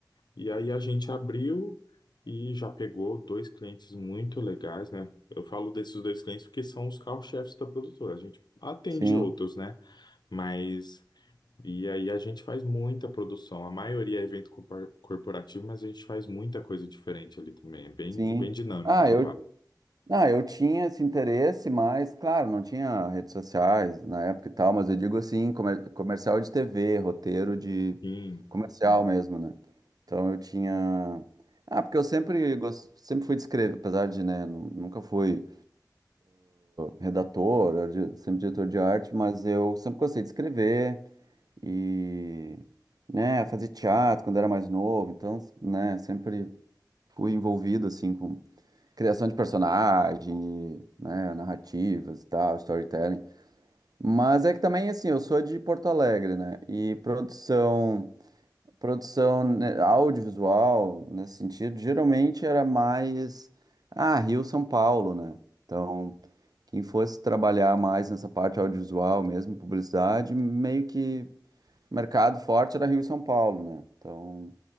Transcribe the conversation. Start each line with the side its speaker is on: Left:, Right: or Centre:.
Left: E aí a gente abriu e já pegou dois clientes muito legais, né? Eu falo desses dois clientes porque são os carro-chefes da produtora. A gente atende
Right: sim,
Left: outros, né? Mas. E aí a gente faz muita produção. A maioria é evento corpor- corporativo, mas a gente faz muita coisa diferente ali também. É bem,
Right: sim.
Left: bem dinâmico
Right: Ah,
Left: o trabalho.
Right: eu Ah, eu tinha esse interesse, mas, claro, não tinha redes sociais na época e tal, mas eu digo assim, comer- comercial de TV, roteiro de
Left: Sim,
Right: comercial mesmo, né? Então eu tinha. Ah, porque eu sempre, gos- sempre fui de escrever, apesar de, né, nu- nunca fui redator, era di- sempre diretor de arte, mas eu sempre gostei de escrever e, né, fazer teatro quando era mais novo, então, né, sempre fui envolvido, assim, com criação de personagem, né, narrativas e tal, storytelling. Mas é que também, assim, eu sou de Porto Alegre, né? E produção, produção né, audiovisual, nesse sentido, geralmente era mais, ah, Rio, São Paulo, né? Então, quem fosse trabalhar mais nessa parte audiovisual mesmo, publicidade, meio que mercado forte era Rio e São Paulo, né? Então,